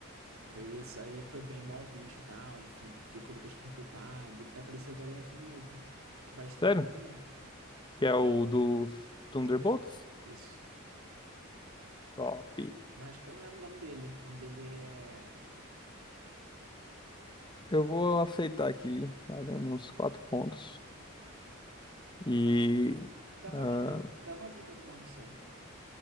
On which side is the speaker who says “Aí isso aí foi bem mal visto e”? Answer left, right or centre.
Right